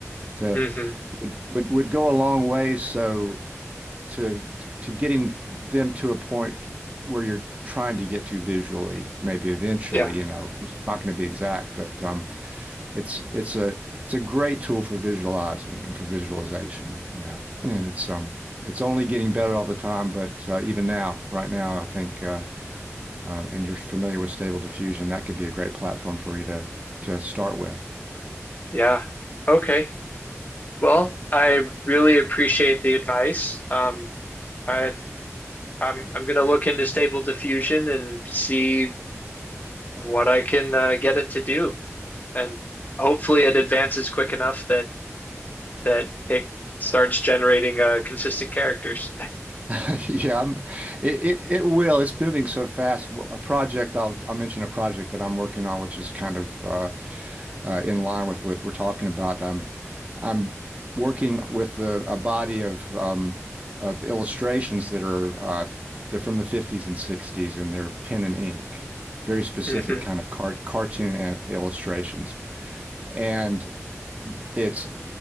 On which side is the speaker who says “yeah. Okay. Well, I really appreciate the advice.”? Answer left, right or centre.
Left